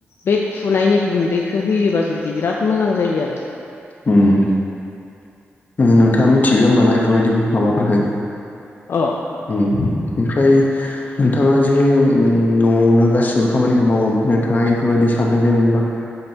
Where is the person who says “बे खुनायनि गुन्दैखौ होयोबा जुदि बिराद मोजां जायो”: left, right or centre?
Left